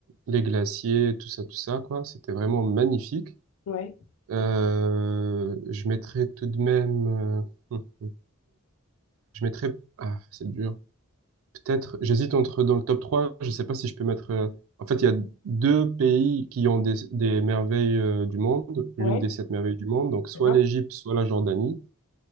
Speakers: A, on the right; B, on the left.
A: les glaciers, tout ça, tout ça, quoi. C'était vraiment magnifique.
B: ouais,
A: Euh, je mettrais tout de même. euh, <laughs> je mettrais. Ah, c'est dur. Peut-être. J'hésite entre dans le top 3. Je ne sais pas si je peux mettre. euh, en fait, il y a deux pays qui ont des, des merveilles euh, du monde, l'une
B: ouais.
A: des sept merveilles du monde. Donc, soit
B: D'accord?
A: l'Égypte, soit la Jordanie